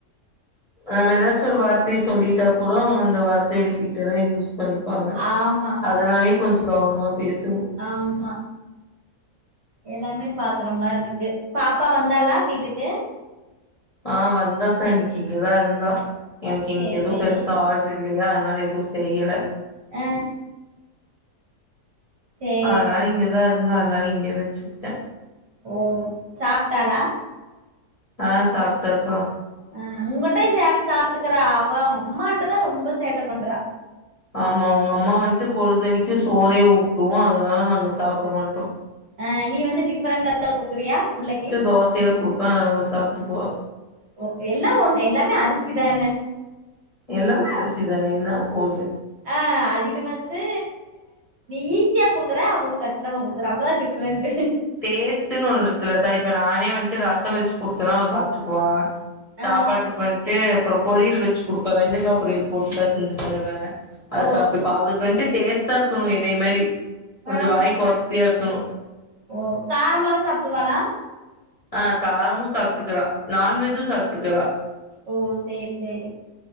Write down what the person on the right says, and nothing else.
ஆமா
ஆம்மா எல்லாமே பாக்குற மாரிருக்கு பாப்பா வந்தாளா வீட்டுக்கு
சேரி
சேரி
ஆ சேரி
ஓ சாப்ட்டாளா
ம் உங்கட்ட சாப்ட் சாப்ட்டுக்குறா அவ அம்மாட்ட தா ரொம்ப சேட்ட பண்றா
ஆ நீ வந்து டிஃபரெண்ட்டா எதா குடுக்குறியா பிள்ளைக்கு
ஓ எல்லா ஒன் எல்லாமே அரிசிதானே
ஆ இது வந்து நீ ஈஸியா குடுக்குற அவ ரொம்ப கஷ்டமா குடுக்குறா அவ்ளோதா டிஃப்ரெண்ட்டு
ஆ
ஓ
ஆ
ஓ காரமாலா சாப்டுவாளா
ஓ செரி சரி